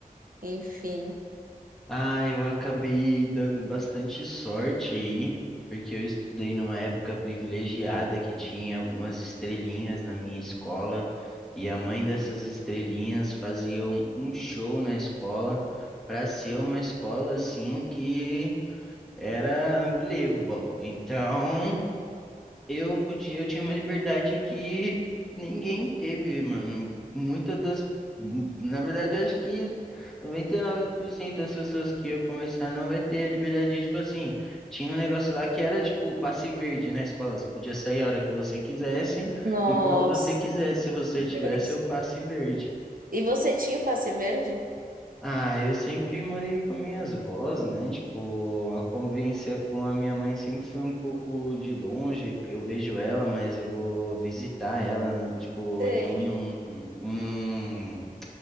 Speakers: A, on the right; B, in the centre.
A: enfim.
B: Ah, eu acabei dando bastante sorte aí, porque eu estudei numa época privilegiada que tinha algumas estrelinhas na minha escola, e a mãe dessas estrelinhas fazia um, um show na escola para ser uma escola assim que era unbelievable. Então, eu podia, eu tinha uma liberdade que ninguém teve, mano. Muitas das, na verdade, eu acho que 99% das pessoas que eu conversar não vai ter a liberdade de, tipo assim, tinha um negócio lá que era tipo passe verde na escola, você podia sair a hora que você quisesse
A: Nossa,
B: e quando você quisesse, se você
A: que
B: tivesse
A: dois.
B: o passe verde.
A: E você tinha o passe verde?
B: Ah, eu sempre morei com minhas avós, né? Tipo, a convivência com a minha mãe sempre foi um pouco de longe. Eu vejo ela, mas eu vou visitar ela, tipo,
A: Sei.
B: de um em um, um um,